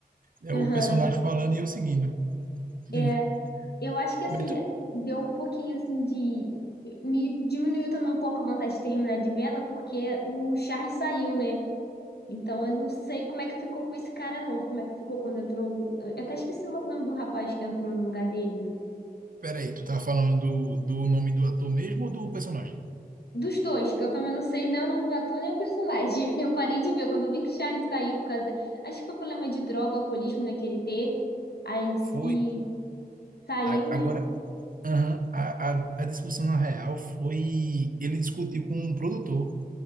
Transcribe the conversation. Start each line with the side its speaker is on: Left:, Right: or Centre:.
Right: É
Left: aham.
Right: o personagem falando e eu seguindo. <laughs> Entendeu?
Left: É. Eu acho que assim,
Right: Mas tu-
Left: é, deu um pouquinho assim de. Me diminuiu também um pouco a vontade de terminar de vê-la, porque o Charlie saiu, né? Então eu não sei como é que ficou com esse cara novo, como é que ficou quando entrou. o- Eu até esqueci o nome do rapaz que entrou no lugar dele.
Right: Peraí, tu tá falando do, do nome do ator mesmo ou do personagem?
Left: Dos dois, que eu também não sei nem o nome do ator nem o personagem. <laughs> Eu parei de ver quando eu vi que o Charlie saiu por causa. Acho que foi problema de droga, alcoolismo, né, que ele teve. Aí ele se...
Right: Foi.
Left: saiu,
Right: a-
Left: né?
Right: Agora, aham, a, a, a discussão na real foi. Ele discutiu com um produtor.